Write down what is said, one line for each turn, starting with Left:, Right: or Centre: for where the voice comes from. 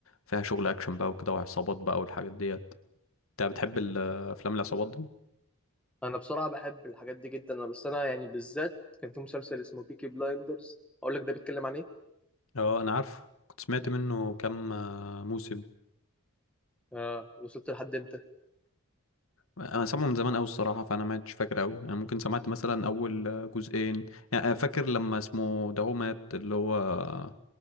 Left: فيها شغل اكشن بقى وكده وعصابات بقى والحاجات ديت انت بتحب ال- افلام العصابات دي
Centre: انا بصراحة بحب الحاجات دي جدا انا بس انا يعني بالذات كان في مسلسل اسمه بيكي بلايندرز اقول لك ده بيتكلم عن ايه
Left: اه انا عارفه كنت سمعت منه كام أه، موسم
Centre: اه وصلت لحد امتى
Left: انا سامعه من زمان قوي الصراحة فانا ما عدتش فاكر قوي يعني ممكن سمعت مثلا اول أه، جزئين يعني أنا فاكر لما اسمه ده هو مات اللي هو